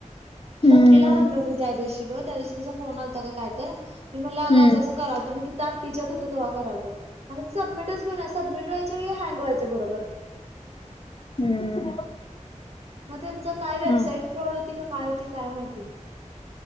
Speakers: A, on the left; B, on the right.
A: हम्म
B: भक्तीला म्हणलो मी त्या दिवशी बघ त्यादिवशी तिझा फोन आलता का काय तर, मला अग
A: हम्म
B: अस अस करालतो की तित तिच्यात होत तवा करालतो आणि सबमिटच होईना सबमिट व्हायच्या वेळी हँग व्हायच बरोबर.
A: हम्म
B: मग त्यांच काय वेबसाईट
A: हा.
B: फ्रॉड होत. होती काय होती काय माहिती.